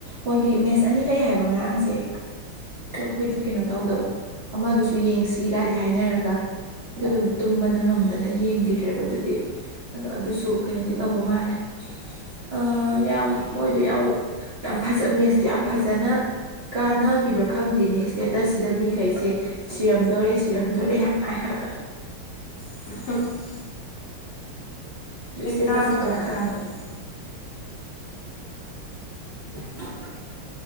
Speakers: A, on the right; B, on the left.
A: ꯃꯣꯏꯒꯤ ꯃꯦꯠꯁ ꯑꯅꯤ ꯂꯩ ꯍꯥꯏꯕ ꯉꯔꯥꯡꯁꯦ ꯑ ꯑꯩꯈꯣꯏꯗꯤ ꯀꯩꯅꯣ ꯇꯧꯗꯕ ꯑꯃꯗꯨꯁꯨ ꯌꯦꯡꯁꯤ ꯁꯤ ꯀꯥꯏꯗꯤ ꯍꯥꯏꯅꯔꯒ ꯑꯗꯨ ꯑꯗꯨꯝ ꯇꯨꯝꯕꯅ ꯉꯝꯗꯅ ꯌꯦꯡꯈꯤꯗ꯭ꯔꯦꯕ ꯑꯗꯨꯗꯤ ꯑꯗꯣ ꯑꯗꯨꯁꯨ ꯀꯩꯅꯣꯗꯤ ꯇꯧꯕ ꯃꯥꯜꯂꯦ ꯑ ꯌꯥꯝ ꯃꯣꯏꯗꯣ ꯌꯥꯝ ꯌꯥꯝ ꯐꯖ ꯃꯦꯠꯁꯇꯣ ꯌꯥꯝ ꯐꯖꯅ ꯀꯥꯟꯅꯈꯤꯕ꯭ꯔꯥ ꯈꯪꯗꯦꯅꯦ ꯏꯁꯇꯦꯇꯁꯁꯤꯗ ꯃꯤꯈꯩꯁꯦ ꯁꯤꯔꯝ ꯗꯣꯔꯦ ꯁꯤꯔꯝꯗꯣꯔꯦ ꯌꯥꯝ ꯐ ꯍꯥꯏꯕ
B: <unintelligible>
A: ꯏꯁꯇꯦꯇꯁ
B: ꯀꯥꯕ꯭ꯔꯥ
A: ꯑꯗꯨꯝ
B: ꯀꯅꯥꯅ
A: ꯈꯪꯉꯦ
B: ꯀꯥꯒ꯭ꯔꯒꯦ
A: <inaudible>